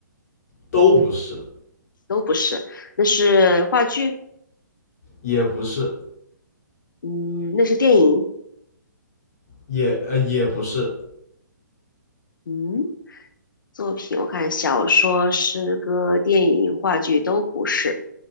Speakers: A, on the left (about 50°); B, on the left (about 80°).
A: 都不是，
B: 都不是，那是话剧，
A: 也不是，
B: 嗯，那是电影，
A: 也呃也不是，
B: 嗯，作品我看小说、诗歌、电影、话剧都不是，